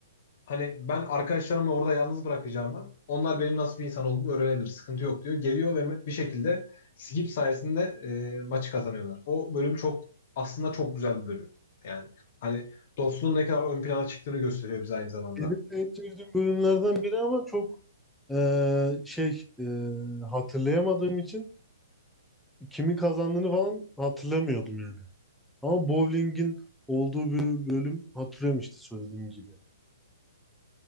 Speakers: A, on the left; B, in the centre.
A: Hani ben arkadaşlarımı orada yalnız bırakacağımı, onlar benim nasıl bir insan olduğumu öğrenebilir, sıkıntı yok diyor. Geliyor ve bir şekilde skip sayesinde e, maçı kazanıyorlar. O bölüm çok aslında çok güzel bir bölüm. Yani hani dostluğun ne kadar ön plana çıktığını gösteriyor bize aynı zamanda.
B: Benim de en sevdiğim bölümlerden biri ama çok eee, şey eee, hatırlayamadığım için kimin kazandığını falan hatırlamıyordum yani. Ama bowling'in olduğu bir bölüm hatırlıyorum işte söylediğim gibi.